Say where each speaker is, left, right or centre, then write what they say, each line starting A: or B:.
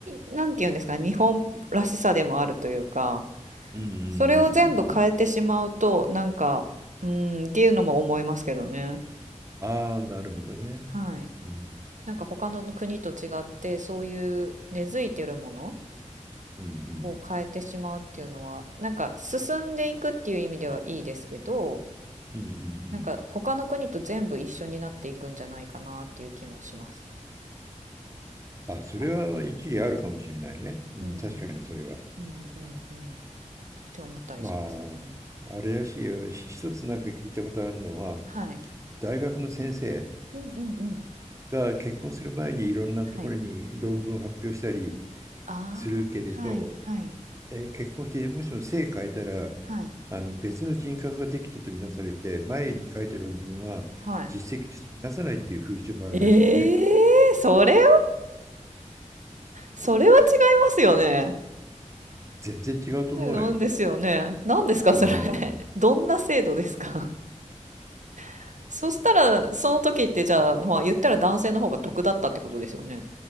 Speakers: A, on the right (about 70°); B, on the right (about 25°).
A: が、なんていうんですかね、日本らしさでもあるというか、
B: うんうんうんう
A: それを全部変えてしまうと、
B: ん
A: なんか、うーんっていうのも思いますけどね。
B: うん。ああ、なるほどね。
A: はい。
B: うん。
A: なんか他の国と違ってそういう根付いてるもの
B: うんうん。
A: を変えてしまうっていうのはなんか進んでいくっていう意味ではいいですけど
B: うんうんう
A: なんか他の国と全部一緒になっていくんじゃないかなっていう気もします。
B: ん。あ、それは一理あるかもしれないね。
A: なんか、
B: うん、
A: うん、
B: 確かにそれは。
A: うんうんうんって思ったりしますね。
B: まあ、あれらしいよ。ひ一つなんか聞いたことあるのは、
A: はい。
B: 大学の先生
A: うんうんうん。
B: が結婚する前にいろんなところに論文を発表したり
A: はい。あ
B: するけれど、
A: あ、はいはい
B: えー結婚してもしも姓変えたら、
A: はい
B: あの別の人格ができたとみなされて、前に書いた論文は実績としてみなさないっていう風習もあるらしいね。
A: はい。ええー、それは、それは違いますよね。
B: 全然違うと思うよ。
A: なんですよね。何ですか、
B: うん。
A: それ。<laughs> どんな制度ですか。<laughs> そしたら、その時ってじゃあ、まあ言ったら男性の方が得だったってことですよね。